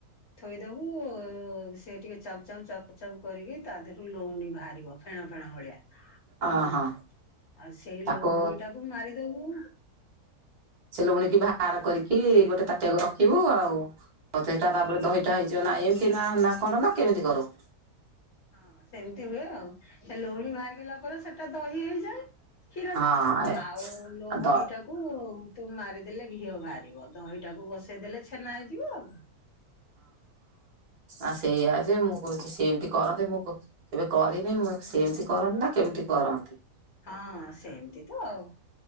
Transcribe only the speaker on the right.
ଓହୋ
ତାକୁ
ସେ ଲହୁଣୀ କୁ ବାହାର କରିକି
ଗୋଟେ ତାଟିଆକୁ ରଖିବୁ। ଆଉ ତେ ତା ତାପରେ ଦହିଟା
ହେଇଯିବ ନା। ଏମିତି ନା ନା କଣ ନା କେମିତି କରୁ?
ହଁ
ଦ
ଆ ସେଇଆ ଯେ ମୁଁ କହୁଛି ସି କରନ୍ତି। ମୁଁ କେବେ କରିନି ମୁଁ ସେମିତି କରନ୍ତି ନା କେମିତି କରନ୍ତି।